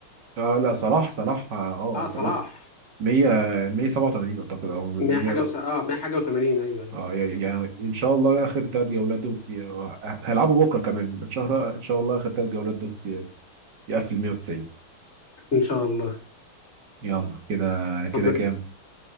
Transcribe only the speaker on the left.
اه
صلاح
100 حاجه وس... اه 100 حاجه و80 ايوه ايوه
ان شاء الله
طب يلا.